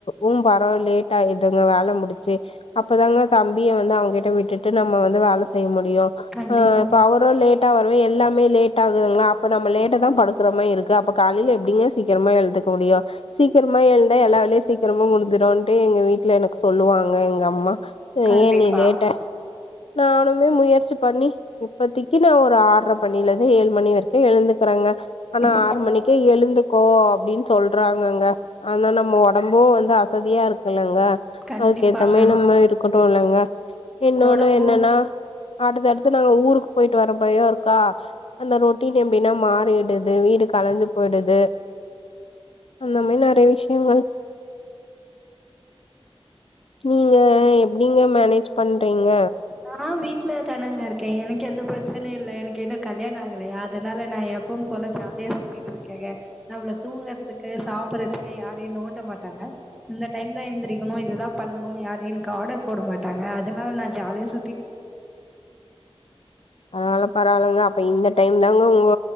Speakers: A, on the left (about 65°); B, in the centre.
A: ம் பரவால்லே இதுங்க வேல முடிச்சு அப்பதாங்க தம்பிய வந்து அவங்கிட்ட விட்டுட்டு நம்ம வந்து வேல செய்ய மு ரியு
B: கண்டிப்பா,
A: ஆ இப்பவரு லேட்டா வருது எல்லாமே லேட் ஆகுதுங்களா அப்ப நம்ம லேட் இப்பதா படுக்குற மாரி இருக்கு அப்ப காலையில எப்டிங்க சீக்கிரமா எழுதுக்க முடியு சீக்கிரமா எழுந்தா எல்லா வேலய சீ திருமங்கொலத்துல வண்ட்டு எங்க எனக்கு சொல்லுவாங்க எங்க அம்மா
B: கண்டிப்பா.
A: ஏ நீ லேட்டா நானானுமே முயற்சி சுப் பண்ணி இப்பத்திக்கு நா ஒரு ஆர்ர மணியிருந்து ஏழு மணி வரைக்கு எழுந்துக்கறேங்க ஆனா
B: இப்ப
A: ஆறு
B: கொ
A: மணிக்கே எழுந்துக்கோ அப்டின் சொல்றாங்கங்க ஆனா நம்ம ஒடம்பு வந்து வசதியாருக் இங்க
B: கண்டிப்பாங்க.
A: அதுக்கு ஏத்த மாரி நம்ம இருக்கட்டு இல்லங்க இன்னொன்னு
B: கொடம்பு
A: என்னன்னா அடுத்த அடுத்து நாங்க ஊருக்கு போயிட்டு வர போரோ இருக்கா அந்த ரொட்டீன் எப்டின்னா மாறிடுது வீடு கலைஞ்சு போயி்டுது அந்த மாரி நெறைய விஷயங்கள் நீங்க எப்டிங்க மேனேஜ் பண்றீங்க
B: நா வீட்டு்ல தானங்க இருக்கே எனக்கு எந்த பிரச்சனையு இல்லை எனக்கு இன்னு கல்யாண ஆகலையா அதனால நா எப்பவும் போல ஜாலியா சுத்திட்ருக்கேங்க நம்ள தூங்கறதுக்கு சாப்பறதுக்கு யாரையு நோண்ட மாட்டாங்க இந்த டைம் தா எந்திரக்கணு இதுதா பண்ணணும்னு யாரு எனக்கு ஆர்டர் போட மாட்டாங்க அதனால நா ஜாலியா சு
A: அதனால பரவாயில்லங்க இப்ப இந்த டைம் தாங்க உங்க